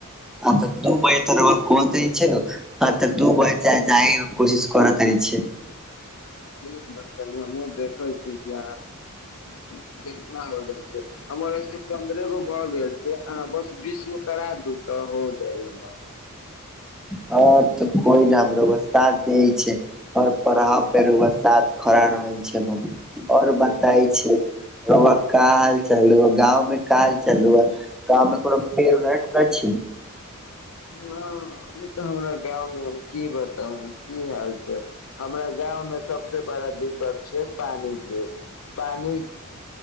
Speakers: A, in the centre; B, on the left (about 70°).
A: अ तऽ तु रौआ‌ कऽ दै छै ने आ तऽ दू बज जाइ कोशिश करत छैय।
B: ठीक बा हमहुँ देखे छी कि अहां कितना हो जाइ छैय। हमर ऐसे पन्द्रह गो भऽ गेल छैय अहाँ बस बीसगो करा दू तऽ हो जाइ हमर।
A: ह तऽ कोइ ने हम रौआ साथ दै छै पर पढ़ाब फेर रौआ स साथ खड़ा रहै छी। केहनो‌ भी आओर बताय
B: जी जी
A: छै रौआ का हाल चाल गाँंव में का हाल चाल हुअ? कामे करब फेरो राखि दै छी।
B: इहाँ अभी तऽ हमरा गाँंव मे हम की बताउ की हाल छै हमरा गाँंव मे सबसे बड़ा दिक्कत छै पानी के पानि